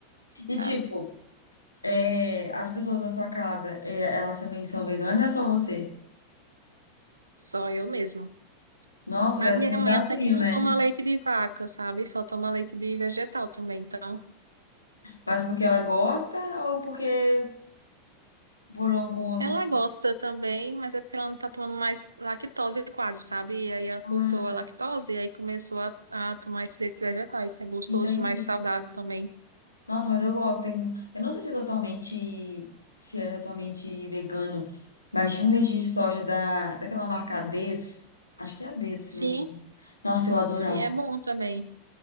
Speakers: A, on the left (about 85°); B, on the right (about 80°).
A: E tipo,
B: sabe?
A: é, as pessoas da sua casa, é, elas também são veganas ou é só você?
B: Só eu mesma.
A: Nossa,
B: Mas
A: deve
B: minha
A: ser um
B: mãe
A: desafio,
B: até que não
A: né?
B: toma leite de vaca, sabe? Só toma leite de vegetal também. Então,
A: Mas porque ela gosta ou porque por algum outro.
B: ela gosta também, mas é porque ela não tá tomando mais lactose quase, sabe? E aí ela
A: Ah,
B: cortou a lactose e aí começou a, a tomar esses leites vegetais. É gostoso,
A: entendi.
B: mais saudável também.
A: Nossa, mas eu gosto. Tem... Eu não sei se é totalmente, se é totalmente vegano, mas tinha um leite de soja da, daquela marca Ades. Acho que é Ades, se
B: Sim,
A: não me engano. Nossa, eu adorava.
B: sim, é bom também.